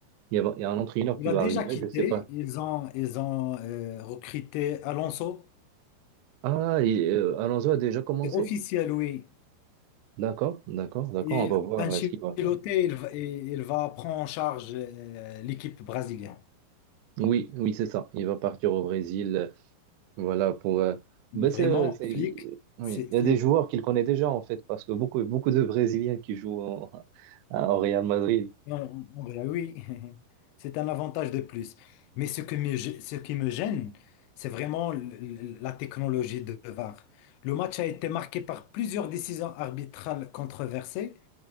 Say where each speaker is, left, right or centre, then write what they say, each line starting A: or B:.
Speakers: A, on the right; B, on the left.
A: Il y a, il y a un entraîneur
B: Il
A: qui
B: a
A: va
B: déjà
A: arriver,
B: quitté.
A: je sais pas.
B: Ils ont, ils ont euh, recruté Alonso.
A: Ah, il- euh, Alonso a déjà commencé?
B: C'est officiel, oui.
A: D'accord, d'accord, d'accord.
B: Et
A: On va voir
B: Ancelotti,
A: euh, ce qu'il va.
B: il, va et il va prendre en charge euh, l'équipe brésilienne.
A: Oui, oui, c'est ça. Il va partir au Brésil, euh, voilà, pour... euh,
B: Mais
A: ben,
B: Vraiment,
A: c'est, euh, c'est-
B: Flick,
A: oui.
B: c'est,
A: Il
B: c'est-
A: y a des joueurs qu'il connaît déjà, en fait, parce que beaucoup, beaucoup de Brésiliens qui jouent au, à- au Real Madrid.
B: non, en vrai, oui, <laughs> c'est un avantage de plus. Mais ce que me, gê- ce qui me gêne, c'est vraiment l- l- la technologie de VAR. Le match a été marqué par plusieurs décisions arbitrales controversées,